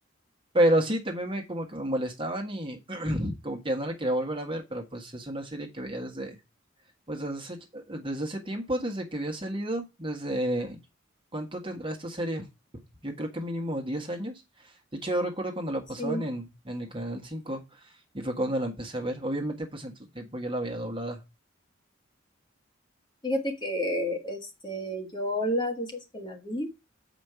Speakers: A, on the right (about 25°); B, on the left (about 25°).
A: Pero sí, también me como que me molestaban y <clears throat> como que ya no la quería volver a ver, pero pues es una serie que veía desde, pues desde hace, ch- desde hace tiempo, desde que había salido, desde, ¿cuánto tendrá esta serie? yo creo que mínimo 10 años. De hecho, yo recuerdo cuando la pasaban
B: Sí,
A: en, en el Canal cinco y fue cuando la empecé a ver. Obviamente, pues en tu tiempo yo la veía doblada.
B: fíjate que, este, yo las veces que la vi,